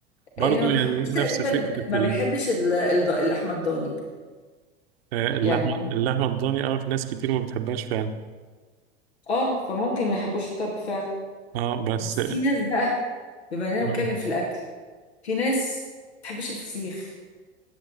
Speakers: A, on the right (about 65°); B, on the left (about 80°).
A: برضو
B: اللي ما بيحبش
A: يعني نفس
B: تقريبا
A: فكرة
B: ما
A: ال-
B: بيحبش ال... ال... اللحمة الضاني
A: آه، اللحمة
B: يعني عم-
A: اللحمة الضاني أوي في ناس كتير ما بتحبهاش فعلا
B: اه فممكن ما يحبوش الطرب فعلا
A: اه بس
B: بس في ناس بقى بما اننا
A: مم.
B: بنتكلم في الاكل في ناس ما بتحبش الفسيخ